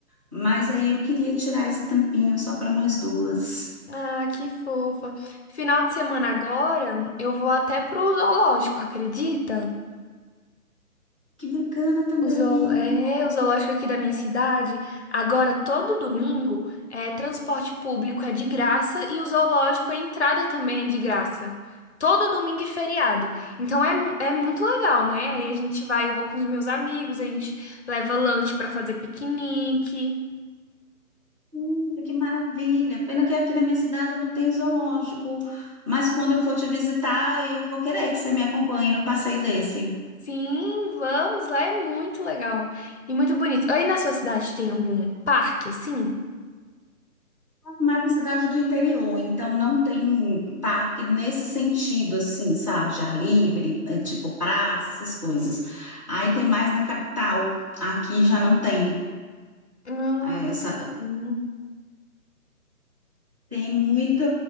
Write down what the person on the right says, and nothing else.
Mas aí eu queria tirar esse tampinho só para nós duas.
Que bacana também,
hein?
Hum, que maravilha. Pena que aqui na minha cidade eu não tem zoológico, mas quando eu for te visitar, eu vou querer que você me acompanhe num passeio desse.
Mas na cidade do interior, então não tem parque nesse sentido, assim, sabe? De ar livre, é, tipo praça, essas coisas. Aí tem mais na capital. Aqui já não tem
é, essa,
Tem muito,